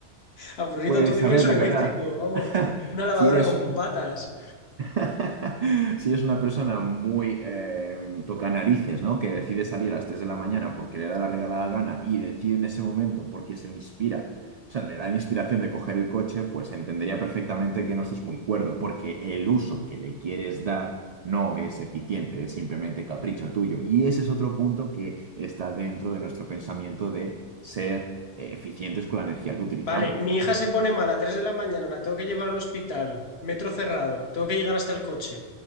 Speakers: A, on the left; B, on the right.
A: Aburrido,
B: Pues
A: ¿tú qué
B: a
A: quieres
B: ver,
A: un
B: la
A: eléctrico?
B: verdad,
A: Vamos,
B: <laughs>
A: una lavadora
B: si eres
A: con patas.
B: <laughs> Si es una persona muy eh, toca narices, ¿no? Que decide salir a las 3 de la mañana porque le da la regalada gana y decide en ese momento porque se le inspira, o sea, le da la inspiración de coger el coche, pues entendería perfectamente que no estás muy cuerdo, porque el uso que le quieres dar no es eficiente, es simplemente capricho tuyo. Y ese es otro punto que está dentro de nuestro pensamiento de ser eh, eficientes con la energía que utilizamos.
A: Vale, mi hija se pone mala a 3 de la mañana, la tengo que llevar al hospital, metro cerrado, tengo que llegar hasta el coche.